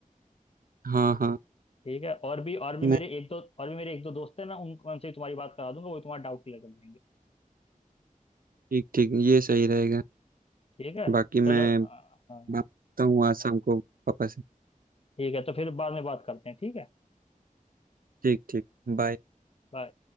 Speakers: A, on the right; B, on the left.
A: हाँ हाँ
B: ठीक है और भी और भी
A: मैं
B: मेरे एक दो और भी मेरे एक दो दोस्त हैं ना उन उनसे भी तुम्हारी बात करा दूंगा वो भी तुम्हारा डाउट क्लियर कर देंगे
A: ठीक ठीक ये सही रहेगा
B: ठीक है
A: बाकी
B: चलो
A: मैं
B: आ,
A: बात
B: हाँ
A: करता हूँ आज शाम को पापा से
B: ठीक है तो फिर बाद में बात करते हैं ठीक है
A: ठीक ठीक बाय
B: बाय